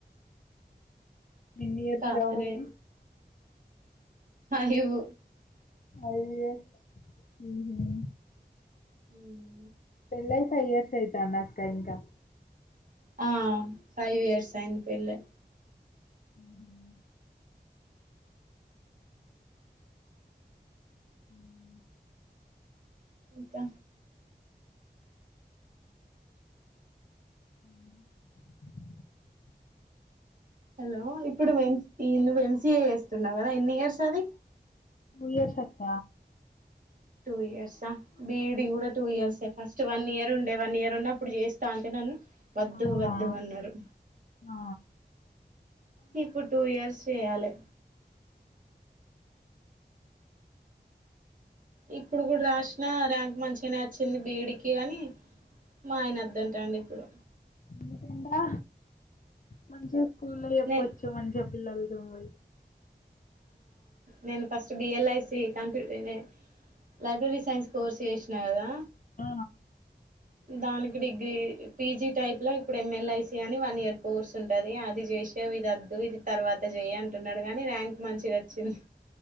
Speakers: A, on the left (about 50°); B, on the right (about 50°).
A: ఎన్ని ఇయర్స్
B: కా
A: లవ్ మీది
B: రే ఫైవ్
A: ఫైవ్ ఇయర్స్ ఉమ్
B: ఉ
A: పెళ్ళై ఫైవ్ ఇయర్స్ అయితాంద అక్క ఇంకా
B: ఆ ఫైవ్ ఇయర్స్ అయింది పెళ్లై
A: ఉ ఉ
B: ఇంకా
A: అ
B: హలో ఇప్పుడు ఈ నువ్వు ఎంసిఏ చేేస్తున్నావు కదా ఎన్ని ఇయర్స్ అది
A: టు ఇయర్స్ అక్క
B: టూ ఇయర్సా బిఈడి కూడా టూ ఇయర్సే ఫస్ట్ వన్ ఇయర్ ఉండే వన్ ఇయర్ ఉన్న అప్పుడు చేస్తా అంటే నన్ను వద్దు
A: అవునా
B: వద్దు అన్నారు
A: ఆ
B: ఇప్పుడు టూ ఇయర్స్ చెయ్యాలి ఇప్పుడు కూడా రాసినా ర్యాంక్ మంచిగానే వచ్చింది బిఈడికి గానికి మా ఆయన వద్దంటాండు ఇప్పుడు
A: ఎందుకంటా మంచి స్కూల్లో చేప్పొచ్చు
B: నేను
A: మంచిగా పిల్లలతో పోయి
B: నేను ఫస్ట్ బిఎల్ఐసి కంప్యూటరే లైబ్రరీ సైన్స్ కోర్స్ చేసినా కదా
A: ఆ
B: దానికి డిగ్రీ పిజీ టైప్లో ఇప్పుడు ఎంఎల్ఐసి అని వన్ ఇయర్ కోర్స్ ఉంటుంది అది చేసి ఇది వద్దు ఇది తర్వాత చేయి అంటున్నాడు కానీ ర్యాంక్ మంచిగా వచ్చింది